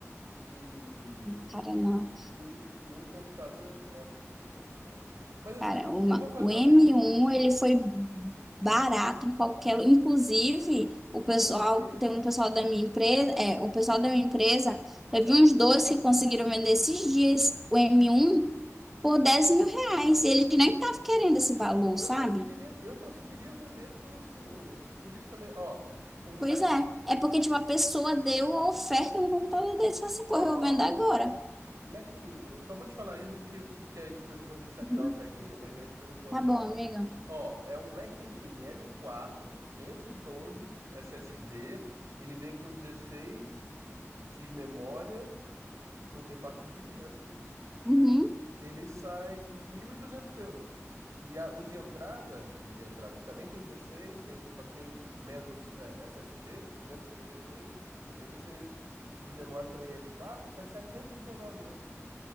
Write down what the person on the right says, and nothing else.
E,
E um, e um computador Apple ponto Apple.es. Mas assim,
eu vou fazer
uma pesquisa
aqui,
eu vou
tá
o mesmo preço.
Sim,
eu, eu
conseguiria, eu conseguiria vender por, por, por isso também. Ó, o mais,
ó,
ó,
Mac Mini, eu só vou te falar isso porque, porque aí depois eu vou ter que sa- dar
uma saidinha, mas aí depois a gente volta
a se
falar.
Ó, é um Mac Mini M4, 512 SSD, ele vem com 16 de memória, não tem placa de vídeo, né? Porque
Ele sai 1.200 euros. E a- o de entrada, que o de entrada que também tem dezesseis tem, só que tem menos é, S S D, duzentos e cinquenta e seis vai ter 16 de memória também m quatro sai 719 euros.